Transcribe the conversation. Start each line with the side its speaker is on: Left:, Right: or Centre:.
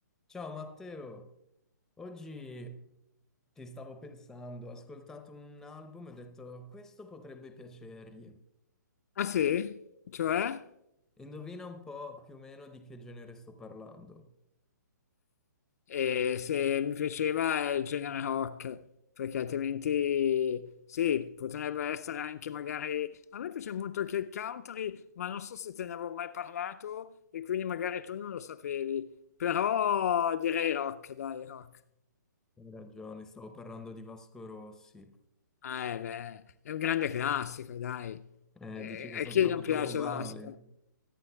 Centre: Ciao Matteo, oggi ti stavo pensando, ho ascoltato un album e ho detto questo potrebbe piacergli.
Left: Ah sì? Cioè?
Centre: Indovina un po' più o meno di che genere sto parlando.
Left: E se mi piaceva è il genere rock, perché altrimenti sì, potrebbe essere anche magari... A me piace molto anche il country, ma non so se te ne avevo mai parlato e quindi magari tu non lo sapevi. Però direi rock, dai, rock.
Centre: Hai ragione, stavo parlando di Vasco Rossi.
Left: Ah, eh, beh, è un grande classico, dai.
Centre: Eh,
Left: E,
Centre: dici che sono
Left: e chi
Centre: stato
Left: non piace
Centre: troppo banale?
Left: Vasco?